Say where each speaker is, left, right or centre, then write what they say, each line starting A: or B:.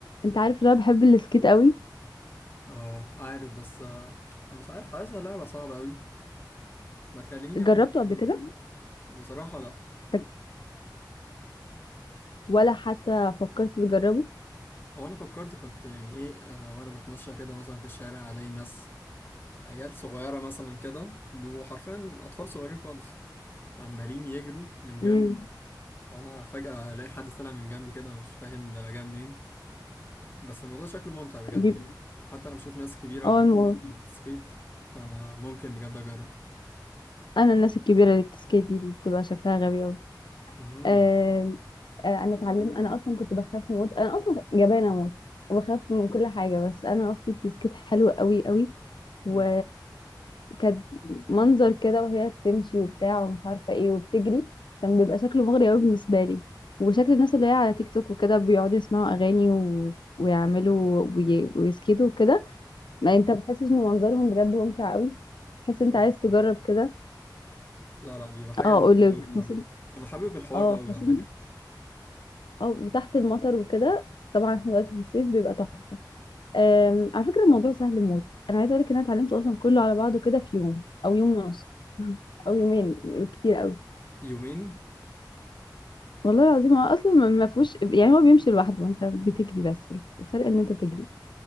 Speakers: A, on the left (about 80°); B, on the left (about 30°).
A: انت عارف ان انا بحب السكيت قوي
B: اه عارف بس آه، مش عارف حاسسها لعبة صعبة قوي ما تكلميني
A: جربته
B: عنها
A: قبل
B: كده
A: كده
B: بصراحة لا
A: طب ولا حتى فكرت تجربه
B: هو انا فكرت كنت يعني ايه آه، وانا بتمشى كده مثلا في الشارع الاقي ناس عيال صغيرة مثلا كده بيبقوا حرفيا اطفال صغيرين خالص عمالين يجروا من جنبي
A: امم
B: وانا فجأة الاقي حد طالع من جنبي كده مش فاهم ده جه منين بس الموضوع شكله ممتع بجد
A: بيب...
B: يعني حتى انا بشوف ناس كبيرة
A: اه
B: ب-
A: المو...
B: بتسكيت فانا ممكن بجد اجرب
A: انا الناس الكبيره اللي بتسكيت دي اللي بتبقى شكلها غبي قوي
B: امم
A: آه... آه... انا اتعلمت انا اصلا كنت بخاف موت انا اصلا جبانه موت وبخاف من كل حاجه بس انا اختي بتسكيت حلو قوي قوي
B: امم
A: و... كانت منظر كده وهي بتمشي وبتاع ومش عارفه ايه وبتجري كان بيبقى شكله مغري قوي بالنسبه لي وشكل الناس اللي هي على تيك توك وكده بيقعدوا يسمعوا اغاني و... ويعملوا وي... ويسكتوا وكده ما انت بتحسش ان منظرهم بجد ممتع قوي تحس انت
B: اه
A: عايز تجرب كده
B: لا لا بيبقى حاجة
A: اه
B: لذيذة
A: اقول لك
B: أوي بصراحة
A: خاصه
B: أنا حابب الحوار
A: اه
B: ده أوي
A: خاصه
B: على فكرة
A: اه وتحت المطر وكده طبعا احنا دلوقتي في الصيف بيبقى تحفه آم، على فكره الموضوع سهل موت انا عايزه اقول لك ان انا اتعلمته اصلا كله على بعضه كده في يوم او يوم ونص <laughs> او يومين كتير قوي
B: يومين
A: والله العظيم هو اصلا ما ما فيهوش يعني هو بيمشي لوحده وانت بتجري بس الفرق ان انت بتجري